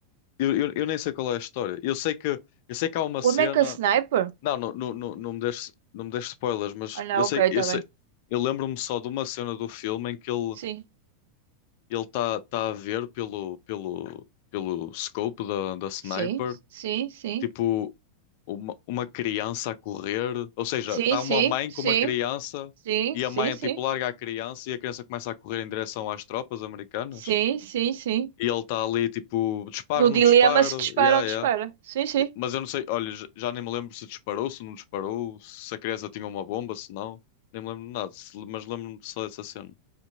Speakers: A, on the left; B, on the right.
A: Eu, eu, eu nem sei qual é a história. Eu sei que, eu sei que há uma
B: o
A: cena.
B: American Sniper?
A: Não, não, não, não, não me deixes, não me deixes spoilers, mas
B: Ah, não,
A: eu sei,
B: ok, está
A: eu sei,
B: bem.
A: eu lembro-me só de uma cena do filme em que ele
B: Sim,
A: ele está tá tá a ver pelo, pelo, pelo scope da, da sniper,
B: sim, sim, sim.
A: tipo uma, uma criança a correr, ou seja,
B: Sim,
A: está
B: sim,
A: uma mãe
B: sim.
A: com uma criança
B: Sim,
A: e a
B: sim,
A: mãe
B: sim.
A: tipo larga a criança e a criança começa a correr em direção às tropas americanas.
B: Sim, sim, sim.
A: E ele está ali tipo, disparo,
B: No
A: não
B: dilema
A: disparo,
B: se dispara
A: yeah,
B: ou
A: yeah.
B: dispara. Sim, sim.
A: Mas eu não sei, olha, j- já nem me lembro se disparou, se não disparou, se a criança tinha uma bomba, se não, nem me lembro de nada, se- mas lembro-me só dessa cena.